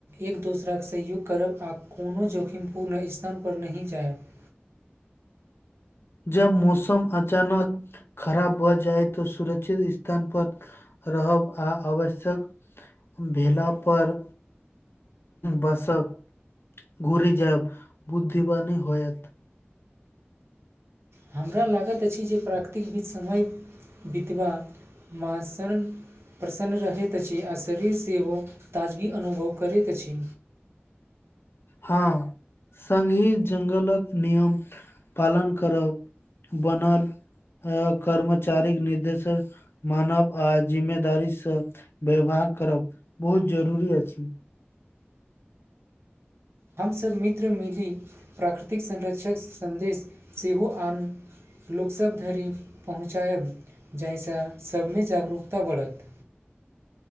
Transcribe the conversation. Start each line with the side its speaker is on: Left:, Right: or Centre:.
Right: एक दोसराके सहयोग करब आ कोनो जोखिमपूर्ण स्थानपर नहि जायब
Left: जब मौसम अचानक खराब भऽ जाइ तऽ सुरक्षित स्थान पर रहब आ आवश्यक भेलापर बसब घुरे जायब बुद्धिमानी होयत
Right: हमरा लागैत अछि जे प्राकृतिक बीच समय बितबा बा संग प्रसन्न रहैत अछि आ शरीर सेहो ताजगी अनुभव करैत अछि
Left: हँ संगहि जंगलक नियम पालन करब बनल अ कर्मचारीक निर्देश मानब आ जिम्मेदारी से व्यवहार करब बहुत जरूरी अछि
Right: हमसभ मित्र मिली प्राकृतिक संरक्षक सन्देश सेहो आन लोकसब धरि पहुँचायब जाहिसँ सभमे जागरूकता बढ़त